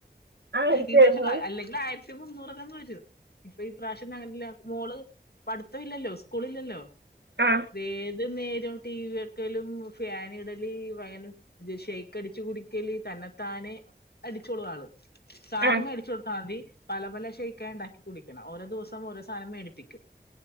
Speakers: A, on the right (about 80°); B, on the left (about 65°).
A: ആയിരത്തി
B: ഈ പ്രാവശ്യം
A: എഴുന്നൂറ്
B: അല്ലെങ്കിൽ ആയിരത്തി മുന്നൂറ്ക്കന്നെ വരൂ ഇപ്പൊ ഈ പ്രാവശ്യം അങ്ങന മോള് പഠിത്തം ഇല്ലല്ലോ സ്കൂള് ഇല്ലല്ലോ
A: ആ
B: ഏത് നേരും ടി വി ഒരിക്കലും ഫ്യാന ഇടല് ഭയ ഷെയ്ക്ക് അടിച്ചു കുടിക്കല് തന്നെതാന് അടിച്ചോളു ആള് സാധനം
A: ആ
B: മേടിച്ചു കൊടുത്താൽ മതി പല പല ഷെയ്ക്ക ഉണ്ടാക്കി കുടിക്കണം ഓരോ ദിവസംഓരോ സാധനം മേടിപ്പിക്കും